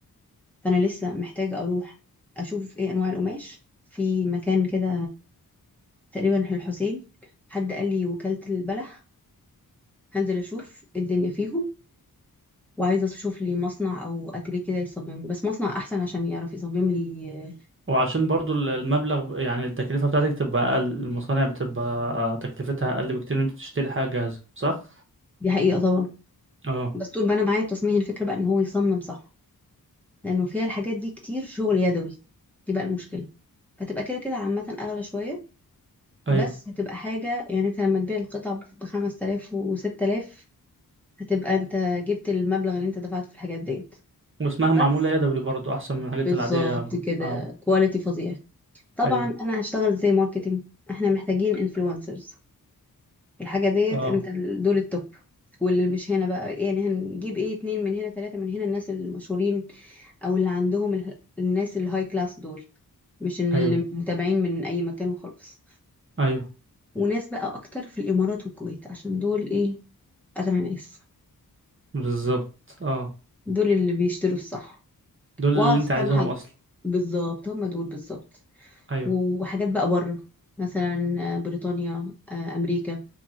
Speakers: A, in the centre; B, on the right.
A: فانا لسه محتاجة اروح اشوف ايه انواع القماش في مكان كده تقريبا الحسين حد قال لي وكالة البلح هنزل اشوف الدنيا فيهم وعايزة اشوف لي مصنع او اتيليه كده يصمم لي بس مصنع احسن عشان يعرف يصمم لي
B: وعشان برضو ال- المبلغ يعني التكلفه بتاعتك تبقى اقل المصانع بتبقى آه، تكلفتها اقل بكتير من انت تشتري حاجه جاهزه صح
A: دي حقيقة طبعا
B: اه
A: بس طول ما انا معايا التصميم الفكرة بقى ان هو يصمم صح لانه فيها الحاجات دي كتير شغل يدوي دي بقى المشكلة فتبقى كده كده عامة اغلى شوية
B: ايوه
A: بس هتبقى حاجة يعني انت لما تبيع القطع بخمس آلاف وستة آلاف هتبقى انت جبت المبلغ اللي انت دفعته في الحاجات ديت
B: واسمها معموله
A: بس
B: يدوي برضو احسن من الحاجات
A: بالظبط
B: العاديه يعني.
A: كده
B: اه
A: كواليتي فظيع طبعا
B: ايوه
A: انا هشتغل زي ماركتينج احنا محتاجين انفلونسرز الحاجه ديت
B: اه
A: انت ال- دول التوب واللي مش هنا بقى يعني هنجيب ايه اتنين من هنا تلاته من هنا الناس المشهورين او اللي عندهم ال- الناس الهاي كلاس دول مش ان اللي
B: ايوه
A: متابعين من اي مكان وخلاص
B: ايوه
A: وناس بقى اكتر في الامارات والكويت عشان دول ايه اغنى ناس
B: بالظبط اه
A: دول اللي بيشتروا الصح
B: دول
A: واعرف
B: اللي انت
A: كام
B: عايزاهم
A: حاجه
B: اصلا
A: بالظبط هم دول بالظبط
B: ايوه
A: وحاجات بقى بره مثلا آه، بريطانيا آه، امريكا